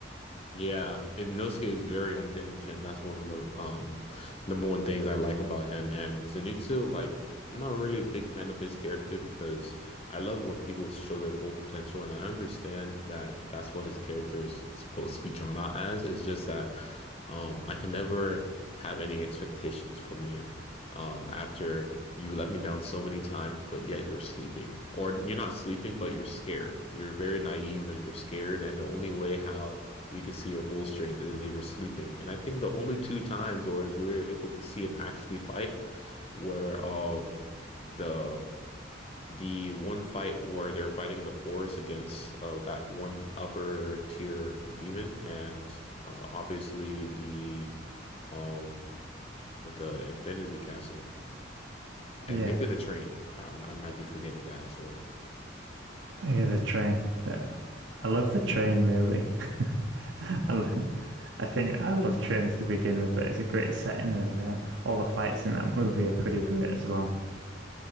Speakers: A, on the left (about 30°); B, on the right (about 65°).
A: Yeah, Inosuke is very unhinged, and that's one of the um number one things I like about him. And Zenitsu, like, I'm not really a big fan of his character because I love when people show their full potential, and I understand that that's what his character is supposed to be drawn out as. It's just that um I can never have any expectations from you um after you let me down so many times, but yet you're sleeping, or you're not sleeping, but you're scared. You're very naive and you're scared, and the only way how we could see her full strength as they were sleeping. And I think the only two times where we were able to see him actually fight were um the the one fight where they're fighting in the forest against uh that one upper tier demon and uh, obviously the um the Infinity Castle and
B: Yeah,
A: maybe the train. I, I might be forgetting that as well.
B: I hear the train. Yeah. I love the train movie. <laughs> I, lo- I think I love trains to begin with, but it's a great setting, and then all the fights in that movie are pretty great as well.